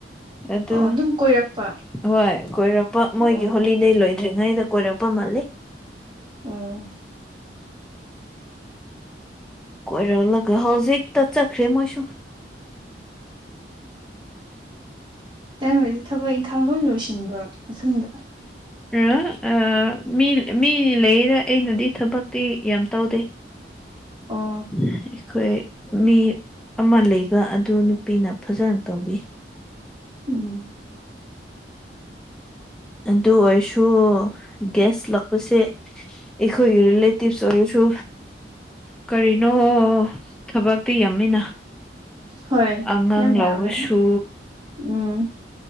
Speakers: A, in the centre; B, on the right.
A: ꯑꯗꯨ
B: ꯑꯣ ꯑꯗꯨꯝ ꯀꯣꯏꯔꯛꯄ꯫
A: ꯍꯣꯏ ꯀꯣꯏꯔꯛꯄ
B: ꯑꯣ
A: ꯃꯣꯏꯒꯤ ꯍꯣꯂꯤꯗꯦ ꯂꯣꯏꯗ꯭ꯔꯤꯉꯩꯗ ꯀꯣꯏꯔꯛꯄ ꯃꯥꯜꯂꯤ꯫
B: ꯎꯝ꯫
A: ꯀꯣꯏꯔꯛꯂꯒ ꯍꯧꯖꯤꯛꯇ ꯆꯠꯈ꯭ꯔꯦ ꯃꯣꯏꯁꯨ꯫
B: ꯅꯪꯅꯗꯤ ꯊꯕꯛ ꯏꯪꯈꯥꯡ ꯂꯣꯏ ꯂꯣꯏꯁꯤꯟꯕ꯭ꯔꯣ ꯅꯊꯪꯟꯗ꯫
A: ꯑꯥꯍ ꯑ ꯃꯤ ꯃꯤ ꯂꯩꯌꯦꯗ ꯑꯩꯅꯗꯤ ꯊꯕꯛꯇꯤ ꯌꯥꯝ ꯇꯧꯗꯦ꯫
B: ꯑꯣ
A: ꯑꯩꯈꯣꯏ ꯃꯤ ꯑꯃ ꯂꯩ꯫ ꯕ ꯑꯗꯨ ꯅꯨꯄꯤꯅ ꯐꯖꯅ ꯇꯧꯕꯤ꯫
B: ꯎꯝ꯫
A: ꯑꯗꯨ ꯑꯣꯏꯁꯨ ꯒꯦꯁ ꯂꯛꯄꯁꯦ ꯑꯩꯈꯣꯏ ꯔꯦꯂꯦꯇꯤꯞꯁ ꯑꯣꯏꯔꯁꯨ ꯀꯔꯤꯅꯣ ꯊꯕꯛꯇꯤ ꯌꯥꯝꯃꯤꯅ꯫
B: ꯍꯣꯏ
A: ꯑꯉꯥꯡ
B: ꯌꯥꯝ ꯌꯥꯝꯃꯦ
A: ꯂꯧꯕꯁꯨ꯫
B: ꯎꯝ꯫